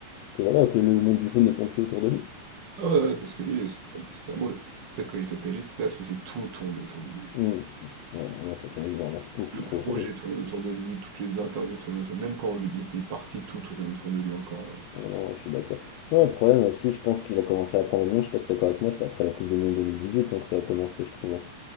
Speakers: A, on the left; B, on the right.
A: que voilà, que le monde du foot ne tourne plus autour de lui.
B: Ah ouais, ouais, parce que lui, c'était c'était vraiment le... En fait, quand il était au PSG, c'était ça le souci, tout tournait autour de lui.
A: Mmh. Ouais, ah non, ça tournait vraiment beaucoup
B: Le
A: trop
B: projet
A: autour de lui.
B: tournait autour de lui, toutes les interviews tournaient autour de lui, même quand il était parti, tout tournait autour de lui encore. euh.
A: Ah non, ouais, je suis d'accord. Non, le problème aussi, je pense qu'il a commencé à prendre le monde, je sais pas si t'es d'accord avec moi, c'est après la Coupe du Monde 2018 hein, que ça a commencé, je trouve. hein.